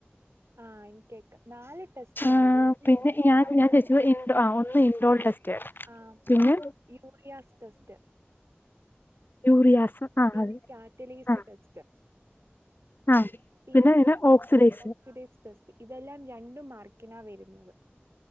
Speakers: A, on the right; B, on the left.
A: ആ നികേക്ക നാല് ടെസ്റ്റ്
B: ആ
A: ഉണ്ട്ടീ അതല്
B: പിന്നെ
A: എനിക്ക്
B: ഞാൻ
A: നാലില്
B: ഞാൻ ചോദിച്ചത് ഇൻഡോ ആ ഒന്ന് ഇൻഡോൾ ടെസ്റ്റ്
A: ആ
B: പിന്നെ
A: യൂറിയാസ് ടെസ്റ്റ്
B: യൂറിയാസ് ആ
A: പിന്നെ
B: അതെ
A: കാറ്റലീസ്
B: ആ
A: ടെസ്റ്റ്
B: ആ
A: പിന്നെ
B: അതിന് ഓക്സിഡൈസ്
A: ഒക്കിടിസ് ടെസ്റ്റ് ഇതെല്ലാം രണ്ട മാ ട്ക്കണാ വരുന്നത്